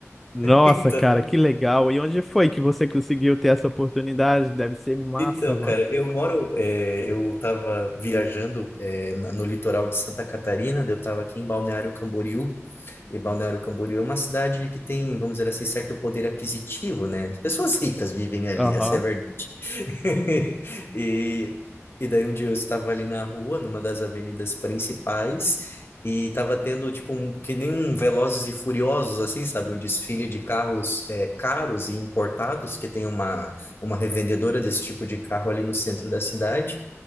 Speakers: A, in the centre; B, on the left.
A: Nossa,
B: Então,
A: cara, que legal. E onde foi que você conseguiu ter essa oportunidade? Deve ser massa,
B: Então,
A: mano.
B: cara, eu moro, eh, eu estava viajando, eh, na- no litoral de Santa Catarina, daí eu estava aqui em Balneário Camboriú, e Balneário Camboriú é uma cidade que tem, vamos dizer assim, certo poder aquisitivo, né? As pessoas ricas vivem ali,
A: Aham.
B: essa é a verdade. <laughs> E, e daí um dia eu estava ali na rua, numa das avenidas principais, e estava tendo, tipo, um, que nem um Velozes e Furiosos, assim, sabe? Um desfile de carros, eh, caros e importados, que tem uma uma revendedora desse tipo de carro ali no centro da cidade.